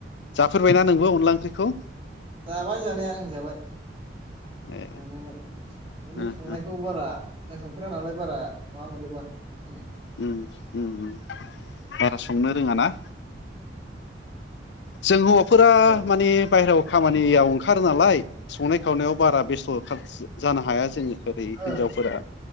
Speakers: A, on the left; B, on the right.
A: जाफेरबायना नोंबो अनला ओंख्रिखौ?
B: जाबाय जानाया ओं जाबाय
A: ए
B: जानालाय बेनो
A: उम
B: संनायखौ बारा आं संफेरा नालाय बारा माबा मोनजोबा जोङो
A: उम उम उम बारा संनो रोङा ना? जों हौ फोरा
B: ओ
A: माने बायहेरायाव खामानियाव ओंखारो नालाय संनाय खावनायाव बारा बेस्थ' खाज जानो हाया जों ओरै
B: ओ
A: हिन्जावफोरा